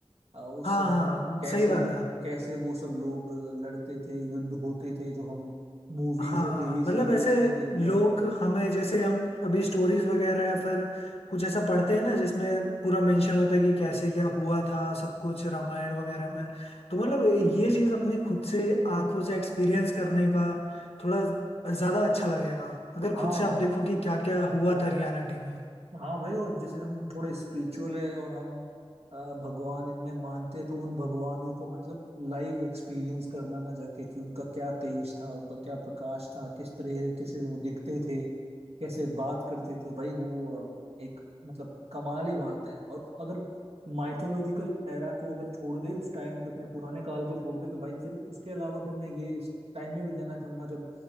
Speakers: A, on the right; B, on the left.
A: अ, उस
B: हाँ
A: समय
B: हाँ
A: कैसे
B: सही बात है
A: कैसे वो सब लोग लड़ते थे युद्ध होते थे जो हम मूवीज
B: हाँ
A: और टीवी सीरियल्स
B: मतलब ऐसे
A: में देखते हैं
B: लोग हमें जैसे हम अभी स्टोरीज वगैरह या फिर कुछ ऐसा पढ़ते हैं ना जिसमें पूरा मेंशन होता है कि कैसे क्या हुआ था सब कुछ रामायण वगैरह में तो मतलब ये चीज़ अपनी खुद से आंखों से एक्सपीरियंस करने का थोड़ा ज़्यादा अच्छा लगेगा अगर
A: हाँ
B: खुद से आप देखो कि क्या क्या हुआ था रियलिटी में
A: हाँ भाई और जैसे हम थोड़े स्पिरिचुअल है और हम अ, भगवान इनमें मानते हैं तो उन भगवानों को मतलब लाइव एक्सपीरियंस करना ना जाके कि उनका क्या तेज था उनका क्या प्रकाश था किस तरह कैसे वो दिखते थे कैसे बात करते थे भाई वो अ, एक मतलब कमाल ही बात है और अगर माइथोलॉजिकल एरा को अगर छोड़ दे उस टाइम को इतने पुराने काल को छोड़ दे तो भाई फिर उसके अलावा फिर मैं ये इस टाइम में भी जाना चाहूंगा जब